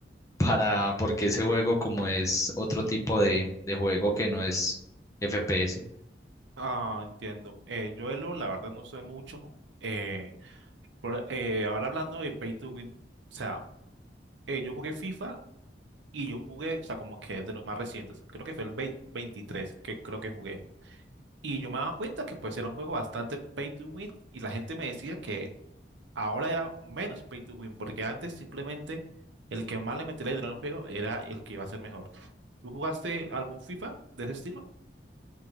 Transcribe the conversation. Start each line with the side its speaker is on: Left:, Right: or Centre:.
Left: para, porque ese juego como es otro tipo de, de juego que no es FPS.
Right: Ah, entiendo. Eh, yo de LoL, la verdad no sé mucho. Eh, por- eh, ahora hablando de Pay to Win, o sea, eh, yo jugué FIFA y yo jugué, o sea, como que de los más recientes, creo que fue el vei- 23 que creo que jugué. Y yo me daba cuenta que pues era un juego bastante Pay to Win y la gente me decía que Ahora era menos pay to win, porque antes simplemente el que más le metiera dinero al juego era el que iba a ser mejor. ¿Tú jugaste algún FIFA de ese estilo?